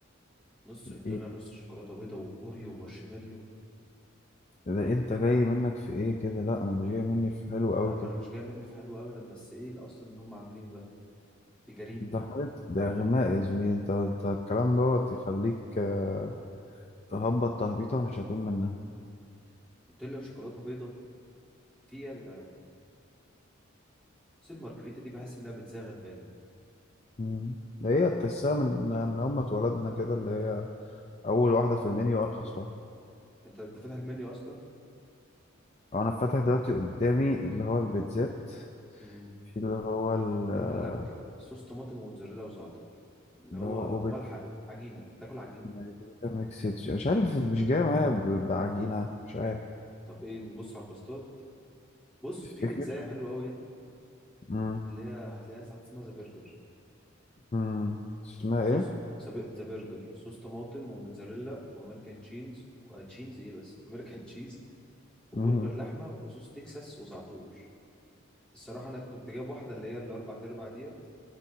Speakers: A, in the centre; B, on the left.
A: نص نوتيلا
B: ايه
A: نص شوكولاته بيضه واوريو ومارشميلو
B: ده انت جاي منك في ايه كده لا انا مش جاي مني في حلو قوي
A: لا ما
B: كده
A: انا مش جاي مني في حلو ابدا بس ايه اللي اصلا اللي هم عاملينه ده دي جريمه
B: ده حاجة ده غماء يا زميلي انت انت الكلام دوت يخليك آه، تهبط تهبيطة مش هتقوم منها
A: نوتيلا وشوكولاته بيضه في إيه يا جدعان بس المارجريتا دي بحس انها بتزاغ البانه
B: مم. ده هي تحسها من من أول ما اتولدنا كده اللي هي أول واحدة في المنيو أرخص واحدة
A: انت انت فاتح المنيو اصلا
B: أنا فاتح دلوقتي قدامي اللي هو البيتزات
A: امم
B: في اللي هو ال- آه،
A: قال لك آه، صوص طماطم وموتزاريلا وزعتر اللي
B: اللي
A: هو
B: هو أوبيت
A: ولا حاجه عجينه تاكل عجينه
B: مارجريتا ميكسيتش مش عارف مش جاية معايا ب- بعجينة مش عارف
A: طب ايه نبص على الباستات بص
B: تفتكر
A: في بيتزاية حلوه قوي هنا
B: مم.
A: اللي هي هتلاقيها ساعات اسمها ذا برجر
B: مم. اسمها
A: صوص
B: إيه؟
A: سب- ذا برجر صوص طماطم وموتزاريلا وامريكان تشيز وتشيز ايه بس امريكان تشيز وبرجر
B: مم.
A: لحمه وصوص تكساس وزعتور الصراحه انا كنت جايب واحده اللي هي الاربع تربع ديت